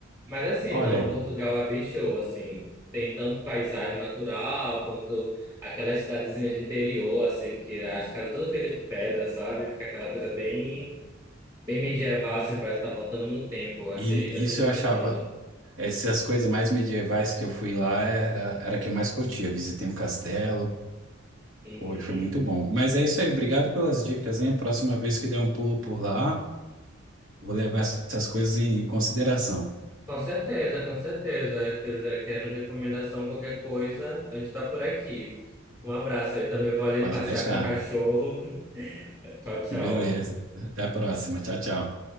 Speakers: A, on the right (about 20°); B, on the right (about 75°).
A: Mas assim,
B: Olha
A: não,
B: aí.
A: Portugal é bem show, assim. Tem tanto paisagem natural quanto aquela cidadezinha de interior, assim, que as casas todas feitas de pedra, sabe? Fica aquela coisa bem, bem medieval, assim, parece estar voltando no tempo. Eu Achei,
B: E isso
A: achei muito
B: eu achava.
A: lindo.
B: Essas coisas mais medievais que eu fui lá era, era que eu mais curtia. Visitei um castelo,
A: Uhum.
B: foi, foi muito bom. Mas é isso aí, obrigado pelas dicas, hein? Próxima vez que der um pulo por lá, vou levar essas coisas em consideração.
A: Com certeza, com certeza. Quer dizer, Querendo recomendação, qualquer coisa, a gente tá por aqui. Um abraço aí, também vou ali
B: Pode
A: passear
B: deixar.
A: com o cachorro. <laughs> Tchau, tchau.
B: Beleza. Até a próxima. Tchau, tchau.